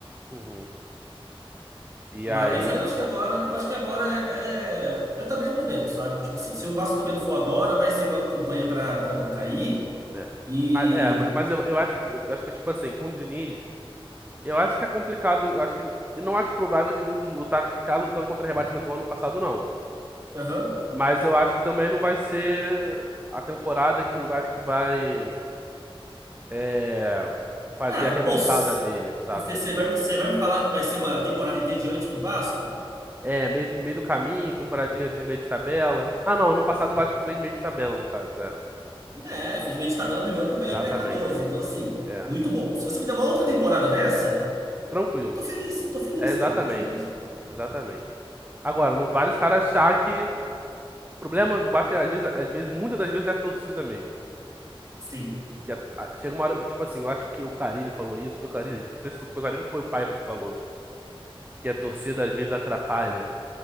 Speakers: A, on the right; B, on the right.
A: Uhum. E
B: Mas
A: aí.
B: eu acho que agora, eu acho que agora é, é, é também o momento, sabe? Tipo assim, se o Vasco também não for agora, vai ser uma campanha pra para não cair.
A: É.
B: E.
A: Mas, é, ma- mas eu, eu acho, que- eu acho que, tipo assim, com o Diniz, eu acho que é complicado. Eu acho que. Eu não acho provável, tipo, lutar, ficar lutando contra rebaixamento igual ano passado, não.
B: Aham.
A: Mas eu acho que também não vai ser a temporada que o Vasco vai é, fazer
B: Cara,
A: a remontada
B: pô, você
A: dele, saca?
B: vai, você vai me falar que vai ser uma temporada entediante pro Vasco?
A: É, meio, meio do caminho, temporadinha de meio de tabela. Ah, não, ano passado o Vasco fez meio de tabela, no caso, é.
B: Né, fez meio de tabela brigando pra
A: Exatamente.
B: pegar a Libertadores. Então, assim,
A: É.
B: muito bom. Se você me der uma outra temporada dessa,
A: Tranquilo.
B: eu tô feliz, tô feliz,
A: É, exatamente.
B: cara, tô feliz.
A: Exatamente. Agora, não vale os caras achar que O problema do Vasco, é, às vezes, às vezes, muitas das vezes é a torcida mesmo.
B: Sim.
A: Que a- a- chega uma hora, tipo assim, eu acho que o Carille falou isso, foi o Carille, não sei se foi, foi o Carille ou foi o Paiva que falou, que a torcida às vezes atrapalha.